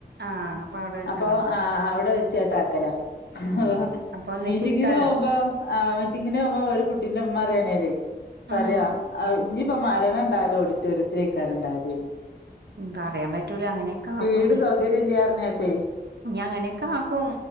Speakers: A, on the right (about 80°); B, on the left (about 85°).
A: ആഹ് അപ്പൊ അവിടെ വെച്ചാണോ
B: അപ്പൊഹ് ആ ആ അവിടെ വെച്ചാട്ടാ ക്കലോ
A: ഉം
B: ഹോഹോ
A: അപ്പൊ ഒന്നിച്ചിരിക്കാലോ
B: മീറ്റിങ്ങിന് പോവുമ്പോ അവ - ന്റമ്മോ ഒരുകുട്ടിന്റെമ്മറേണേല് പറെ
A: ഉം
B: ആഹ് ന്പ്പ മരണണ്ടായാലും ഓഡിറ്റോറിയത്തിലയ്കാരം ണ്ടാകാല്ന്ന്
A: ഹ്മ്പറയാം പറ്റൂല അങ്ങനൊക്ക
B: വീട്
A: ആകുംഞ്
B: സൗകര്യം ഇല്ല പറഞ്ഞാട്ടെ
A: ഞ് അങ്ങനാക്ക ആക്കും